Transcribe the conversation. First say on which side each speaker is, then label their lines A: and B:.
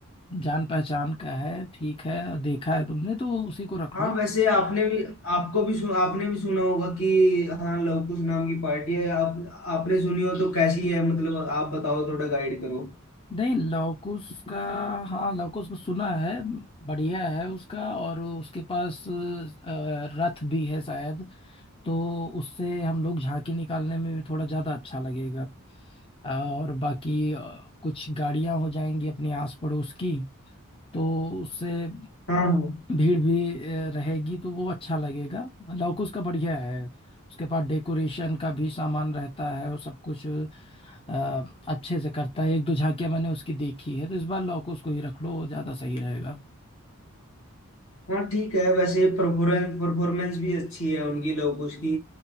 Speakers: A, on the left; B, on the left.
A: जान पहचान का है ठीक है देखा है तुमने तो उसी को रख
B: हाँ
A: लो
B: वैसे आपने भी आपको भी सुन, आपने भी सुना होगा कि हाँ लव कुश नाम की पार्टी है आप आपने सुनी हो तो कैसी है मतलब आप बताओ थोड़ा गाइड करो
A: नहीं लॉकुस का हाँ लॉकुस को सुना है बढ़िया है उसका और उसके पास अ, रथ भी है शायद तो उससे हम लोग झांकी निकालने में भी थोड़ा ज्यादा अच्छा लगेगा और बाकी अ, कुछ गाड़ियां हो जाएंगी अपने आस पड़ोस की तो उससे
B: हाँ हाँ
A: भीड़ भी अ, रहेगी तो वो अच्छा लगेगा लौकुश का बढ़िया है उसके पास डेकोरेशन का भी सामान रहता है और सब कुछ अ, अच्छे से करता है एक दो झांकियां मैंने उसकी देखी है तो इस बार लौकुश को ही रख लो वो ज्यादा सही रहेगा
B: हाँ ठीक है वैसे परफॉर्मेंस परफॉर्मेंस भी अच्छी है उनकी लव कुश की